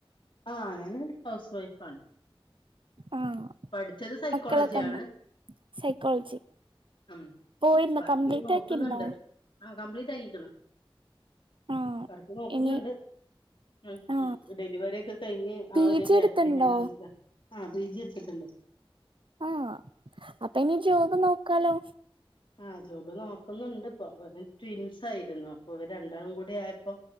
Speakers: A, on the left; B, on the right.
A: ആ ഞാന് ഹൗസ് വൈഫ് ആാണ്.
B: ആഹ്
A: പഠിച്ചത് സൈക്കോളജി
B: മക്കളൊക്കെ ഉണ്ടോ
A: ആണ്.
B: സൈക്കോളജി.
A: ഉം
B: പോയിരുന്നോ
A: വർക്ക്
B: കംപ്ലീറ്റ്
A: നോക്കുന്നുണ്ട്
B: ആക്കിയിരുന്നോ
A: ആ കംപ്ലീറ്റ് ആകിക്ണ്.
B: ആഹ്
A: വർക്ക് നോക്കുന്നുണ്ട്.
B: ഇനി
A: ആ
B: ആഹ്
A: ഡെലിവറി ഒക്കെ കഴിഞ്ഞ്
B: പി
A: ആ ഒരു
B: ജി
A: ഗ്യാപ്പില്
B: എടുത്തുണ്ടോ
A: ങ്ങനാ നിക്ക. ആ പി ജി എടുത്തിട്ടുണ്ട്.
B: ആ അപ്പൊ ഇനി ജോബ് നോക്കാലോ.
A: ആ ജോബ് നോക്കുന്നുണ്ട് ഇപ്പൊ ഇവര് ട്വിൻസ് ആയിരുന്നു അപ്പൊ ഇവര് രണ്ടാളും കൂടി ആയപ്പോ